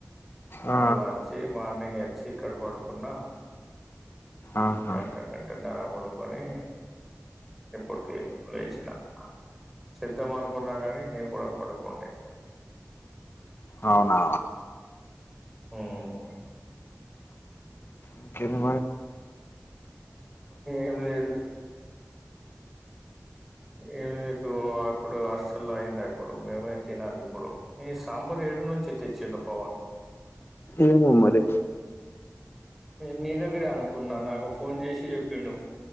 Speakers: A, on the left (about 45°); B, in the centre.
A: ఆ,
B: మళ్ళా వచ్చి మార్నింగ్ వచ్చి ఇక్కడ పడుకున్నా
A: ఆహా
B: గంట గంటన్నర పడు కొని ఇపొద్దె లేచినాం చేద్దాం అనుకున్నా గాని నేను కూడా పడుకుండే
A: అవునా
B: ఉమ్
A: ఇంకేమి
B: ఏమి లేదు ఏమి ఇ ఇప్పుడు హాస్టల్ లో అయిందా అప్పుడు మేమే తినాలి ఇప్పుడు ఈ సాంబార్ ఏడి నుంచి తెచ్చిండు పవన్
A: ఏమో మరి
B: నీ దగ్గరే అనుకున్నా నాకు ఫోన్ చేసి చెప్పిండు